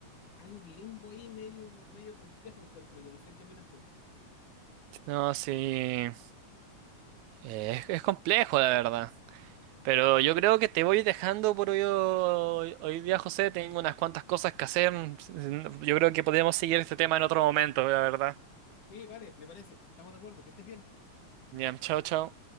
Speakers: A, on the left; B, on the right.
A: hay un limbo ahí medio, medio complejo, encuentro yo, no sé qué opinas tú.
B: No, sí. eh, es, es complejo, la verdad. Pero yo creo que te voy dejando por hoy, hoy, hoy día, José. Tengo unas cuantas cosas que hacer. Yo creo que podríamos seguir este tema en otro momento, la verdad.
A: Sí, vale, me parece. Estamos de acuerdo. Que estés bien.
B: Ya, chao, chao.